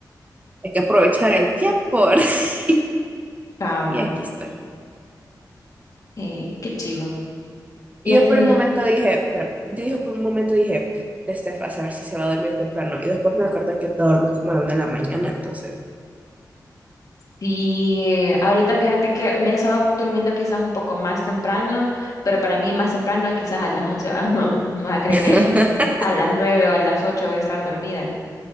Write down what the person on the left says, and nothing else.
cabal,
eh, qué chivo. Y
al
final...
Sí, ahorita fíjate que me he estado durmiendo quizás un poco más temprano, pero para mí más temprano es quizás a las 11. ¿va? <laughs> No, no vas a creer
que a las 9 o a las 8 voy a estar dormida.